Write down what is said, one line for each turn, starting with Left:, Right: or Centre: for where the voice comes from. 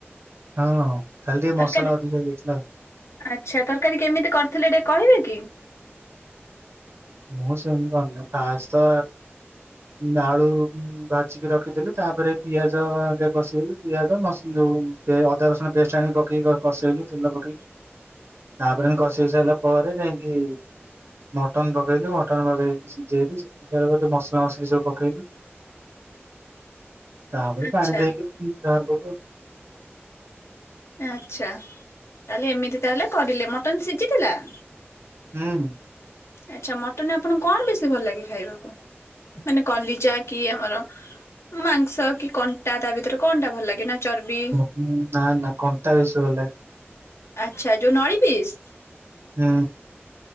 Right: ହଁ ହ ଖାଲି ଟିକେ
Left: ତରକାରୀ
Right: ମସଲା ଅଧିକ ହେଇଯାଇଥିଲା।
Left: ଆଚ୍ଛା ତରକାରୀ କେମିତି କରିଥିଲେ ଟିକେ କହିବେ କି।
Right: ମୁଁ ସେମିତି କରିନେ କାସ୍ତ ନାଡ଼ୁ ଭାଜିକି ରଖିଥିଲି ତାପରେ ପିଆଜ ଯାବସେଇଲୁ ପିଆଜ ମସ ଯୋ ଅଦା ରସୁଣ ପେଷ୍ଟ ଆଣି ପକେଇି କସେଇଲୁ ତେଲ ପକେଇ
Left: ହ <unintelligible>
Right: ତାପରେ ଆମେ କଷି କାଷି ସାରିଲା ପରେ ଯାଇକି ମଟନ ତ ପକେଇଲୁ ମଟନ ପକେଇ ସିଜେଇଲୁ ସିଜିସାରିଲାପରେ ମସଲା ମସଲି ସବୁ ପକେଇଲୁ ତାପରେ
Left: ଆଚ୍ଛା
Right: ପାଣି ଦେଇକି ବାହାର କଲୁ ଆଉ
Left: ଆଚ୍ଛା ତାହେଲେ ଏମିତି ତାହେଲେ କରିଲେ ମଟନ ସିଝିଥିଲା।
Right: ହୁଁ ହୁଁ।
Left: ଆଚ୍ଛା ମଟନରେ ଆପଣଙ୍କୁ କଣ ବେଶୀ ଭଲ ଲାଗେ ଖାଇବାକୁ ମାନେ କଲିଜା କି ଆମର ମାଂସ କି କଣ୍ଟା ତା ଭିତରେ କଣଟା ଭଲ ଲାଗେ ନା ଚର୍ବି
Right: ହୁଁ ନା ନା କଣ୍ଟା ବେଶି ଭଲଲାଗେ।
Left: ଆଚ୍ଛା ଯୋଉ ନଳି ପିସ୍
Right: ଉଁ।